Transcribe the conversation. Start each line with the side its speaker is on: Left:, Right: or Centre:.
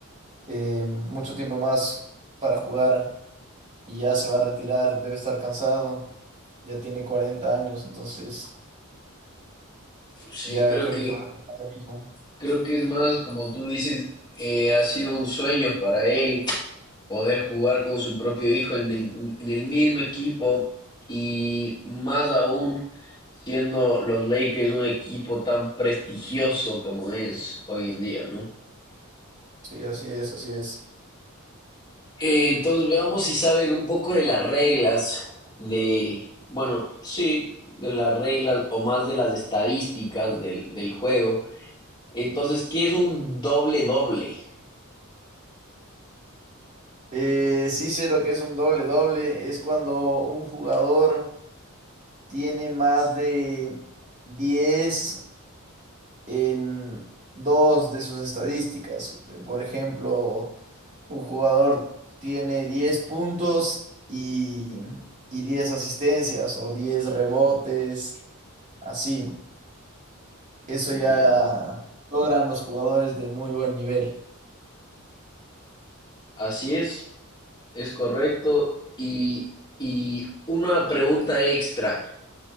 Right: eh, mucho tiempo más para jugar. y ya se va a retirar, debe estar cansado, ya tiene 40 años, entonces
Left: Sí,
Right: ya
Left: creo
Right: creo
Left: que,
Right: que se va a retirar lo mismo.
Left: creo que es más, como tú dices, eh, ha sido un sueño para él poder jugar con su propio hijo en el, en el mismo equipo y más aún siendo los Lakers un equipo tan prestigioso como es hoy en día, ¿no?
Right: Sí, así es, así es.
Left: Eh, entonces veamos si sabes un poco de las reglas de, bueno, sí, de las reglas o más de las estadísticas del, del juego. Entonces, ¿qué es un doble doble?
Right: Eh, sí sé lo que es un doble doble, es cuando un jugador tiene más de diez en dos de sus estadísticas. Por ejemplo, un jugador tiene 10 puntos y, y 10 asistencias o 10 rebotes, así. Eso
Left: Ya,
Right: ya logran los jugadores de muy buen nivel.
Left: así es, es correcto. Y, y una pregunta extra.